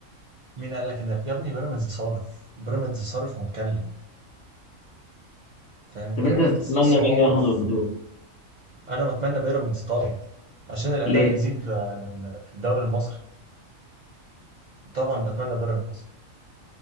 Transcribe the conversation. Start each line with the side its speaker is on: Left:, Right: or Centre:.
Right: مين قال لك ان يا ابني بيراميدز صارف بيراميدز صارف ومكلف فاهم
Left: طب
Right: بيراميدز
Left: أنت تتمنى
Right: صارف
Left: مين ياخد البطولة؟
Right: انا بتمنى بيراميدز طبعا عشان الاداء
Left: ليه؟
Right: يزيد على ال- في الدوري المصري طبعا بتمنى بيراميدز